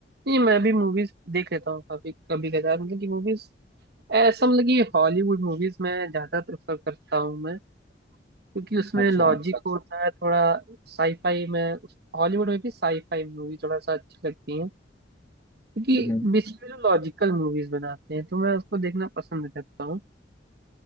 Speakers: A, on the right (about 60°); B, on the left (about 15°).
A: नहीं मैं भी मूवीज देख लेता हूँ काफी कभी कदार मतलब कि मूवीज ऐसा मतलब कि हॉलीवुड मूवीज मैं ज्यादा प्रेफर करता हूँ मैं क्योंकि उसमें
B: अच्छा
A: लॉजिक होता है थोड़ा साईफाई में हॉलीवुड में भी साईफाई मूवी थोड़ा सा अच्छी लगती है क्योंकि
B: हम्म हम्म।
A: बेसिकली जो लॉजिकल मूवीज बनाते हैं तो मैं उसको देखना पसंद करता हूँ